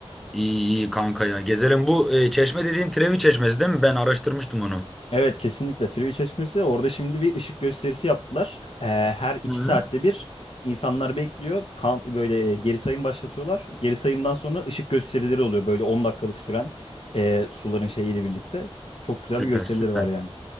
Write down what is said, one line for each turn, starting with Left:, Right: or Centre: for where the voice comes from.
Centre: iyi kanka ya. Gezelim bu e, çeşme dediğin Trevi Çeşmesi değil mi? Ben araştırmıştım onu.
Left: Evet kesinlikle Trivi Çeşmesi orada şimdi bir ışık gösterisi yaptılar. Ee, her iki
Centre: Hı.
Left: saatte bir insanlar bekliyor. Kan, böyle e, geri sayım başlatıyorlar. Geri sayımdan sonra ışık gösterileri oluyor. Böyle 10 dakikalık süren e, suların şeyiyle birlikte. Çok güzel
Centre: Süper
Left: bir gösterileri
Centre: süper.
Left: var yani.